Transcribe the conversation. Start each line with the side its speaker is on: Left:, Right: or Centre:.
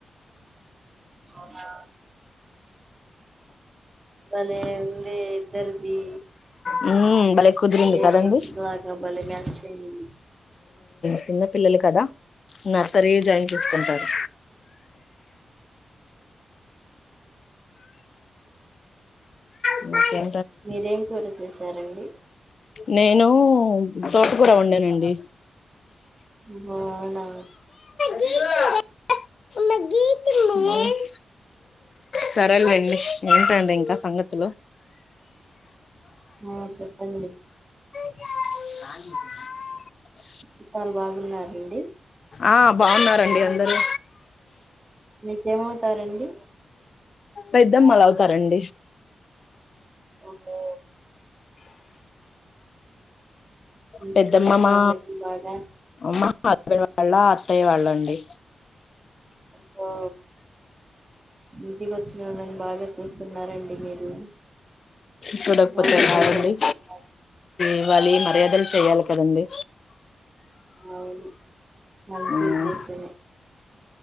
Right: అవునా బలే ఉంది ఇద్దరిది
Left: మ్మ్ బలే కుదిరుంది
Right: ఒకే
Left: కదండీ
Right: లాగా <unintelligible>
Left: చిన్న పిల్లలు కదా నర్సరీ జాయిన్ చేసుకుంటారు అకే
Right: మీరేం కూర చేసారండి
Left: నేను తోట కూర వండానండి
Right: ఓహో అవునా
Left: గీ మ మ సరేలెండీ ఏంటండి ఇంకా సంగతులు
Right: ఆ చెప్పండి
Left: కా
Right: చిట్టాలు బాగున్నారండి
Left: ఆ బాగున్నారండి అందరూ
Right: మీకేమవుతారండి
Left: పెద్దమ్మలవుతారండి
Right: ఓహో ఇంటికొచ్చిన
Left: పెద్దమ్మమా
Right: వాళ్ళకి బాగా
Left: అమ్మ హస్బెండ్ వాళ్ళ అత్తయ్య వాళ్ళండి అండి
Right: ఇకో ఇంటికి వచ్చిన వాళ్ళని బాగా చూస్తున్నారండి మీరు
Left: చూడకపోతే
Right: బాగా
Left: బాగుండి
Right: పలకరిస్తున్నారు
Left: ఇవ్వాలి మర్యాద. పిల్లల్ చెయాలి కదండి?
Right: అవును. మంచి
Left: ఉమ్,
Right: ఉద్దేశమే.